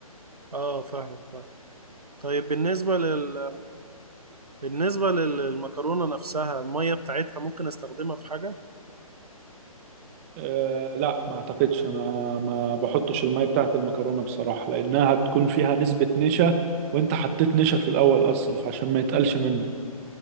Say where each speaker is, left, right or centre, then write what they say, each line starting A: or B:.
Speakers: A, on the right (about 85°); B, on the right (about 20°).
A: أه فاهمك فاهم طيب بالنسبة لل... بالنسبة لل- للمكرونة نفسها المية بتاعتها ممكن أستخدمها في حاجة؟
B: أه لا ما اعتقدش انا ما بحطش المية بتاعت المكرونة بصراحة لانها هتكون فيها نسبة نشا وانت حطيت نشا في الاول اصلا فعشان ما يتقلش منه